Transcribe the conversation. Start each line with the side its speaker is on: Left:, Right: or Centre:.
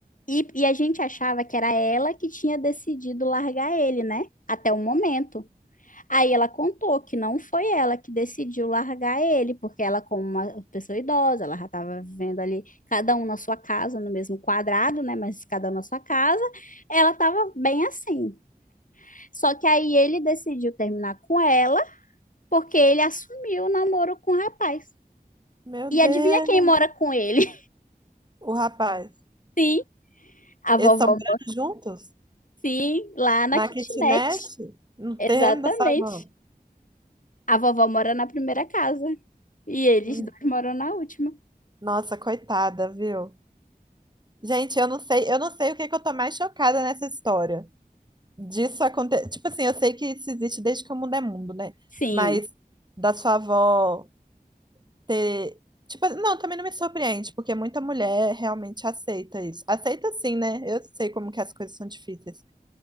Left: E, e a gente achava que era ela que tinha decidido largar ele, né? Até o momento. Aí ela contou que não foi ela que decidiu largar ele, porque ela, como uma pessoa idosa, ela já estava vivendo ali, cada um na sua casa, no mesmo quadrado, né? Mas cada um na sua casa. Ela estava bem assim. Só que aí ele decidiu terminar com ela, porque ele assumiu o namoro com o rapaz.
Right: Meu
Left: E
Right: Deus.
Left: adivinha quem mora com ele?
Right: O rapaz.
Left: <laughs> Sim, a
Right: Eles
Left: vovó
Right: são morando juntos?
Left: Sim, lá na
Right: Na
Left: kitnet.
Right: kitnet? Não tem
Left: Exatamente.
Right: da sabão.
Left: A vovó mora na primeira casa e eles
Right: Hum,
Left: dois moram na última.
Right: Nossa, coitada, viu? Gente, eu não sei, eu não sei o que que eu tô mais chocada nessa história. Disso acontecer. Tipo assim, eu sei que isso existe desde que o mundo é mundo, né?
Left: Sim,
Right: Mas da sua avó ter. Tipo, não, também não me surpreende, porque muita mulher realmente aceita isso. Aceita sim, né? Eu sei como que as coisas são difíceis.